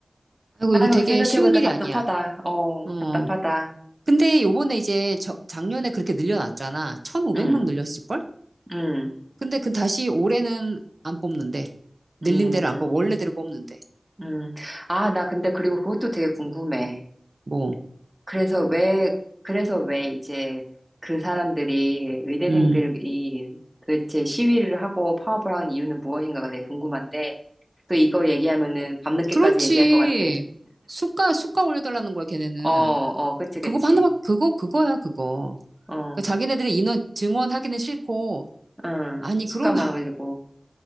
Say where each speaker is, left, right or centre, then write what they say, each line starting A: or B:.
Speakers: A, on the right; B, on the right.
A: 아이고,
B: 아유,
A: 이거 되게
B: 생각해보니까
A: 쉬운 일이
B: 답답하다.
A: 아니야.
B: 어,
A: 어.
B: 답답하다.
A: 근데 요번에 이제 저- 작년에 그렇게 늘려놨잖아. 1,500명
B: 음,
A: 늘렸을걸?
B: 음,
A: 근데 그 다시 올해는 안 뽑는데. 늘린
B: 음,
A: 대로 안 뽑, 원래대로 뽑는데.
B: 음. 아, 나 근데 그리고 그것도 되게 궁금해.
A: 뭐,
B: 그래서 왜, 그래서 왜 이제 그 사람들이, 의대생들이
A: 음.
B: 도대체 시위를 하고 파업을 하는 이유는 무엇인가가 되게 궁금한데, 또 이거 얘기하면은 밤늦게까지
A: 그렇지.
B: 얘기할 것 같아.
A: 수가, 수가 올려달라는 거야, 걔네는.
B: 어, 어, 그치, 그치.
A: 그거 하나밖에, 그거, 그거야, 그거.
B: 어,
A: 그러니까 자기네들이 인원, 증원하기는 싫고.
B: 응.
A: 아니,
B: 시가
A: 그러면,
B: 많아지고,
A: <laughs>